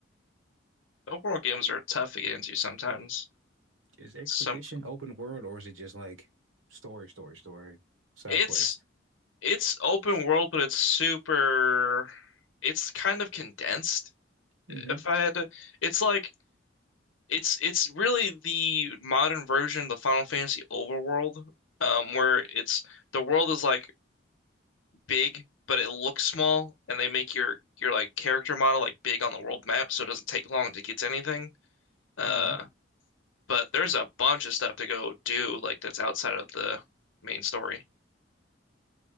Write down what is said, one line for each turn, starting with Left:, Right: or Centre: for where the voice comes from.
Left: Open world games are tough to get into sometimes.
Right: Is Expedition
Left: Some
Right: open world or is it just like story, story, story, side
Left: it's
Right: quest?
Left: it's open world, but it's super. It's kind of condensed.
Right: Mm-hmm.
Left: If I had to, it's like it's it's really the modern version of the Final Fantasy overworld, um, where it's the world is like big, but it looks small, and they make your your like character model like big on the world map, so it doesn't take long to get to anything. Uh,
Right: Mm-hmm.
Left: But there's a bunch of stuff to go do, like that's outside of the main story.